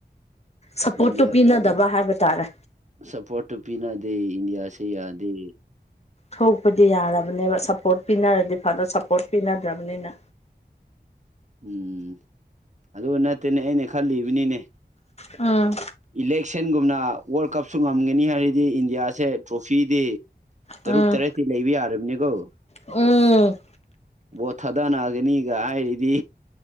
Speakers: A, on the left (about 40°); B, on the right (about 45°).
A: ꯁꯞꯄꯣꯔꯠꯇꯨ
B: ꯏꯟꯗꯤꯌꯥ
A: ꯄꯤꯅꯗꯕ ꯍꯥꯏꯕ ꯇꯥꯔꯦ
B: ꯁꯞꯄꯣꯔꯠꯇꯨ ꯄꯤꯅꯗꯦ ꯏꯟꯗꯤꯌꯥꯁꯤꯦ ꯌꯥꯗꯦ
A: ꯊꯣꯛꯄꯗꯤ ꯌꯥꯔꯕꯅꯦꯕ ꯁꯞꯄꯣꯔꯠ ꯄꯤꯅꯔꯗꯤ ꯐꯅ ꯁꯞꯄꯣꯔꯠ ꯄꯤꯅꯗ꯭ꯔꯕꯅꯤꯅ
B: ꯎꯝ ꯑꯗꯨꯒ ꯅꯠꯇꯦꯅꯦ ꯑꯩꯅ ꯈꯜꯂꯤꯕꯅꯤꯅꯦ
A: ꯎꯝ
B: ꯏꯂꯦꯛꯁꯟꯒꯨꯝꯅ ꯋꯥꯔꯜ ꯀꯞꯁꯨ ꯉꯝꯒꯅꯤ ꯍꯥꯏꯔꯗꯤ ꯏꯟꯗꯤꯌꯥꯁꯦ ꯇ꯭ꯔꯣꯐꯤꯗꯤ ꯇꯔꯨꯛ
A: ꯎꯝ
B: ꯇꯔꯦꯠꯇꯤ ꯂꯩꯕ ꯌꯥꯔꯕꯅꯦꯀꯣ
A: ꯎꯝ
B: ꯕꯣꯠ ꯊꯥꯗꯅꯒꯅꯤꯒ ꯍꯥꯏꯔꯤꯗꯤ